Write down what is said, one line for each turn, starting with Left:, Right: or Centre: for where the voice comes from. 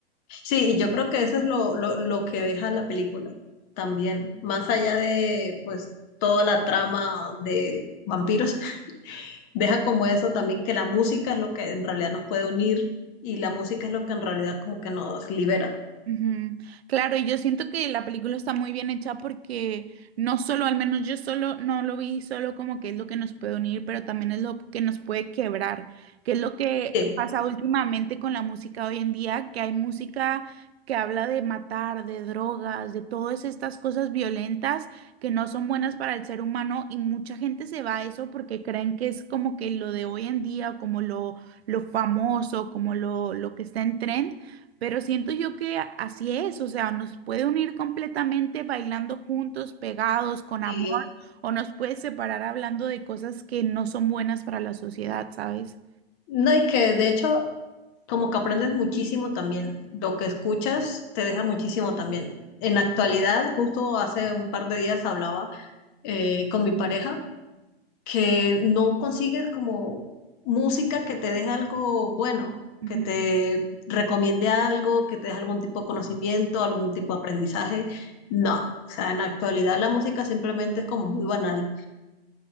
Left: sí, y yo creo que eso es lo, lo, lo que deja la película también, más allá de pues toda la trama de vampiros, <laughs> deja como eso también que la música es lo que en realidad nos puede unir y la música es lo que en realidad como que nos libera.
Right: Ujú. Claro, y yo siento que la película está muy bien hecha porque no solo, al menos yo solo no lo vi solo como que es lo que nos puede unir, pero también es lo que nos puede quebrar, que es lo que
Left: Sí,
Right: pasa últimamente con la música hoy en día, que hay música que habla de matar, de drogas, de todas estas cosas violentas que no son buenas para el ser humano y mucha gente se va a eso porque creen que es como que lo de hoy en día, como lo, lo famoso, como lo, lo que está en trend. Pero siento yo que así es, o sea, nos puede unir completamente bailando juntos, pegados, con
Left: sí.
Right: amor, o nos puede separar hablando de cosas que no son buenas para la sociedad, ¿sabes?
Left: No, y que de hecho como que aprendes muchísimo también, lo que escuchas te deja muchísimo también. En la actualidad, justo hace un par de días hablaba eh, con mi pareja, que no consigues como música que te deje algo bueno,
Right: Ujú.
Left: que te recomiende algo, que te deje algún tipo de conocimiento, algún tipo de aprendizaje. No, o sea, en la actualidad la música simplemente es como muy banal